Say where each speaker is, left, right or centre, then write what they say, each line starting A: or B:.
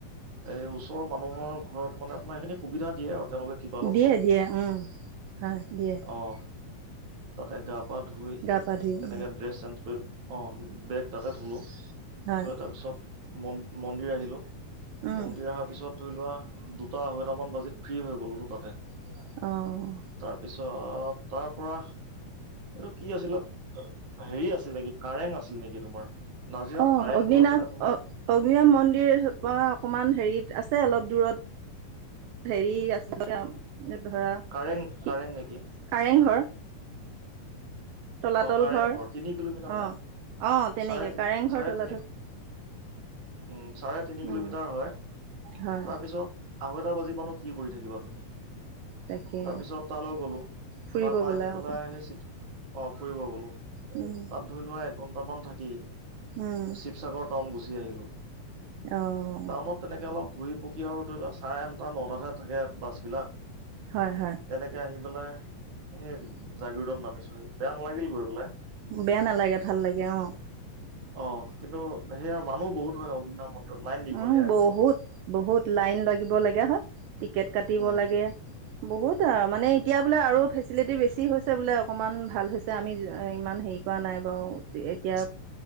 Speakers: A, on the right (about 45°); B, on the right (about 80°).
A: এই ওচৰৰ মানুহৰ ঘৰত মানে তোমাৰ এইখিনি সুবিধা দিয়ে আৰু তেওঁলোকে। কিবা অলপ
B: দিয়ে, দিয়ে, উম, হয় দিয়ে।
A: অহ, তাতে গা-পা ধুই,
B: গা পা ধুই
A: তেনেকে
B: উম
A: ড্ৰেছ চেঞ্জ কৰি অহ, বেগ তাতে থলোঁ,
B: হয়
A: থৈ তাৰপিছত মন-মন্দিৰ আহিলোঁ।
B: উম
A: মন্দিৰ অহাৰ পিছত ধৰি লোৱা দুটা-আঢ়ৈটামান বাজিত ফ্ৰী হৈ গ'লো তাতে।
B: অহ।
A: তাৰপিছত, তাৰ পৰা এইটো কি আছিল, হেৰি আছিল নেকি! কাৰেং আছিল নেকি তোমাৰ। নাজিৰাত
B: অ
A: কাৰেংটো
B: অগ্নিনাভ
A: আছে না তোমাৰ।
B: অ অগ্নিনাভ মন্দিৰ অকমান হেৰিত আছে অলপ দূৰত। <unintelligible>
A: কাৰেং কাৰেং নেকি
B: কাৰেংঘৰ তলাতল
A: অ কাৰেং
B: ঘৰ।
A: তিনি কিলোমিটাৰ নে
B: অঁ, অঁ, তেনেকৈ,
A: চাৰে তিনি
B: কাৰেং ঘৰ,
A: চাৰে
B: তলাতল।
A: তিনি উম, চাৰে তিনি কিলোমিটাৰ
B: উম
A: হয়,
B: হয়
A: তাৰপিছত আঢ়ৈতা বাজি মানত কি কৰি থাকিবা তুমি?
B: তাকে
A: তাৰ পিছত তালৈ গ'লো।
B: ফুৰিব
A: তাৰ পৰা
B: গ'লে
A: আহি পেলাই
B: অকণ
A: অহ, ফুৰিব গ'লো।
B: উম।
A: তাত ধৰি লোৱা এক ঘন্টা মান থাকি
B: উম
A: শিৱসাগৰ টাউন গুচি আহিলো
B: অহ
A: টাউনত তেনেকে অলপ ঘূৰি পকি আৰু ধৰি লওক চাৰে আঠটা নটাতে থাকে বাছ বিলাক
B: হয় হয়
A: তেনেকে আহি পেলাই সেই জাগিৰোদত নামিছোহি বেয়া নালাগিল গৈ পেলাই
B: বেয়া নালাগে ভাল লাগে অহ
A: অহ কিন্তু সেইয়া মানুহ বহুত হয় অগ্নিনাভ মন্দিৰত লাইন দীঘলীয়া
B: উম
A: একদম।
B: বহুত বহুত লাইন লাগিব লগিয়া হয় টিকেট কাটিব
A: উম,
B: লাগে বহুত মানে এতিয়া বোলে আৰু ফেচিলিটি বেছি হৈছে বোলে অকণমান ভাল হৈছে আমি ইমান হেৰি কোৱা নাই বাৰু এতিয়া